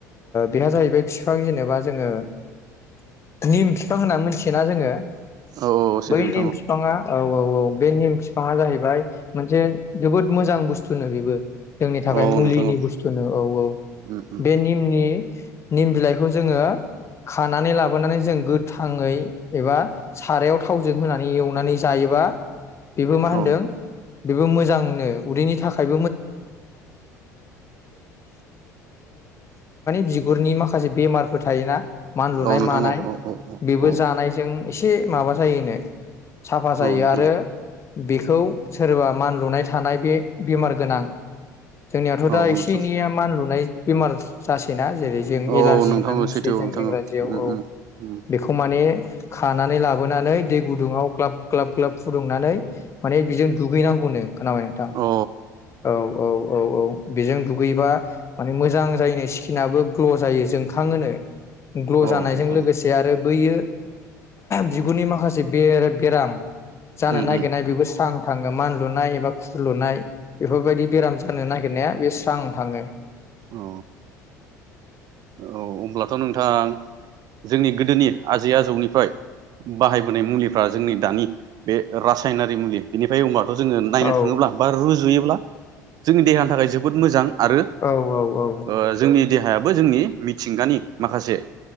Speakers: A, on the left; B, on the right.
A: बेहा जाहैबाय बिफां जेनेबा जोङो निम बिफां होनना मिथियोना जोङो
B: औ औ सैथो
A: बै
B: नोंथां
A: नेम बिफाङा औ औ औ बे निम बिफाङा जाहैबाय मोनसे जोबोद मोजां बुस्थुनो बेयो बो जोंनि थाखाय
B: औ
A: मुलिनि
B: नोंथां औ
A: बुस्थुनो औ औ
B: उम
A: बे निमनि निम बिलाइखौ जोङो खानानै लाबोनानै जों गोथाङै एबा सारायाव थावजों होनानै एवनानै जायोबा बेबो मा होनदों
B: उम औ
A: बेबो मोजांनो उदैनि थाखाय <unintelligible> बिगुरनि माखासे बेमारफोर थोना मान लुनाय
B: औ नोंथां
A: मानाय
B: औ औ औ
A: बे
B: औ
A: जानायजों ए म ज साफा जायो
B: औ नोंथां
A: आरो बेखौ सोरबा मान लुनाय थानाय बे गोनां जोंनियावथ'
B: औ
A: दा
B: औ
A: एसे
B: नोंथां
A: एनैया मानलुनाय बेमार जासै जेरै जों
B: औ
A: एलारजि
B: औ नोंथां
A: होन होनना मिथियो
B: औ सैथो औ
A: जों
B: नोंथां
A: इंराजियाव
B: औ उम
A: औ
B: उम उम
A: बेखौ माने खानानै लाबोनानै दै गुदुङाव ग्लाब ग्लाब ग्लाब फुदुंनानै माने बेजों दुगैनांगौनो खोनाबाय नोंथां
B: औ
A: औ औ औ औ बेजों दुगैबा माने मोजां जायोनो स्किनाबो ग्ल' जायो जोंखांओनो
B: औ
A: ग्ल'
B: औ
A: जानायजों
B: नोंथां
A: लोगोसे
B: औ
A: आरो बैयो बिगुरनि माखासे बे बेराम जानो
B: उम
A: नागिरनाय
B: उम
A: बेबो स्रां थाङो मानलुनाय एबा खुर लुनाय बेफोरबायदि बेराम जानो नागिरनाया बे स्रां थाङो
B: औ औ अब्लाथ' नोंथां जोंनि गोदोनि आजै आजौनिफ्राय बाहायबोनाय मुलिफ्रा जोंनि दानि बे रासायनारि मुलि बिनिफ्राय अमार जोङो नायनो
A: औ
B: थाङोब्ला बा रुजुयोब्ला जोंनि देहानि थाखाय जोबोद मोजां आरो
A: औ औ औ
B: ओ जोंनि देहायाबो जोंनि मिथिंगानि माखासे